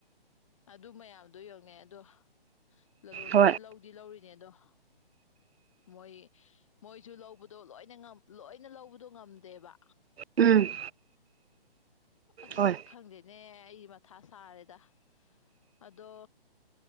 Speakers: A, on the left (about 30°); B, on the right (about 75°).
A: ꯑꯗꯨ ꯃꯌꯥꯝꯗꯣ ꯌꯦꯡꯑꫭꯅꯦ ꯑꯗꯣ ꯂꯥꯂꯣꯟꯕꯤꯅ
B: ꯍꯣꯏ
A: ꯂꯧꯗꯤ ꯂꯧꯔꯤ ꯅꯦꯗꫭ ꯃꯣꯏ ꯃꯣꯏꯁꯨ ꯂꯧ ꯕꯨꯗꯣ ꯂꯣꯏꯅ ꯉꯝ ꯂꯣꯏꯅ ꯂꯧꯕꯗꯣ ꯉꯝꯗꯦꯕ
B: ꯎꯝ꯫
A: ꯑꯁ
B: ꯍꯣꯏ
A: ꯈꯪꯗꯦꯅꯦ ꯑꯩ ꯃꯊꯥ ꯁꯥꯔꯦꯗ ꯑꯗꯣ